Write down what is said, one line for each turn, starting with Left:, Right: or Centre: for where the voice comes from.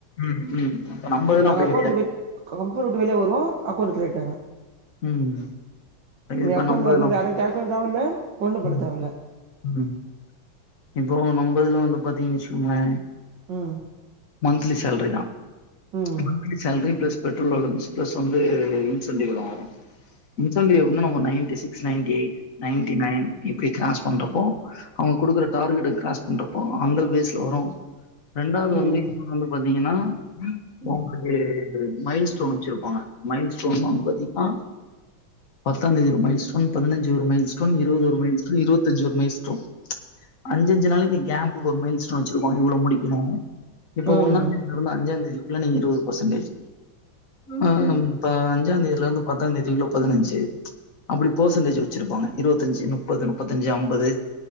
Left: ம் ம் இப்ப நம்ப இதுலா
Right: நாங்க
Left: அப்டி
Right: அக்கௌண்ட்
Left: கெடையாது
Right: விட் கம்பெனி விட்டு வெளிய வருவோ அக்கௌண்ட் கிரியேட் ஆயிரு
Left: ம்.
Right: நீ
Left: இப்ப
Right: அக்கவுண்ட்
Left: நம்ம
Right: வரணு
Left: இதுல
Right: யாரு கேக்கணு தேவல்ல ஒண்ணு பண்ண
Left: ம்,
Right: தேவல்ல
Left: ம் இப்போ நம்பதுல வந்து பாத்தீங் வச்சுகோங்ளே
Right: ம்
Left: மந்த்லி சேல்ரி தா
Right: ம்
Left: monthly salary plus petrol allowance plus வந்து இன்சென்டிவ்லா வரு இன்சென்டிவ் எப்டினா நம்ம ninety six ninety eight ninety nine இப்டி கிராஸ் பண்றப்போ அவங்க குடுக்குற டார்கெட் கிராஸ் பண்றப்போ அந்த பேஸ்ல வரு ரெண்டாவது
Right: ம்
Left: வந்து இப்ப வந்து பாத்தீங்கன்னா ஒங்களுக்கே மைல் ஸ்டோன் வச்சுருப்பாங்க மைல் ஸ்டோன் வந்து பாத்தீங்கன்னா பத்தாந்தேதி ஒரு மைல் ஸ்டோன் பதிஞ்சு ஒரு மைல் ஸ்டோன் இருவது ஒரு மைல் ஸ்டோன் இருவத்தஞ்சு ஒரு மைல் ஸ்டோன் அஞ்சஞ்சு நாளைக்கு கேம்புக்கு ஒரு மைல் ஸ்டோன் வச்சிருப்பாங்க இவ்ளோ முடிக்கணு இப்ப
Right: ம்
Left: ஒன்னா ல இருந்து அஞ்சா தேதிகுள்ள நீங்க இருவது பர்சென்டேஜ் ஆம் இப்ப அஞ்சா தேதில இருந்து பத்தாந்தேதிகுள்ள பதினஞ்சி அப்டி பெர்சன்டேஜ் வச்சிருப்பாங்க இருவத்தஞ்சி முப்பது முப்பத்தஞ்சி அம்பது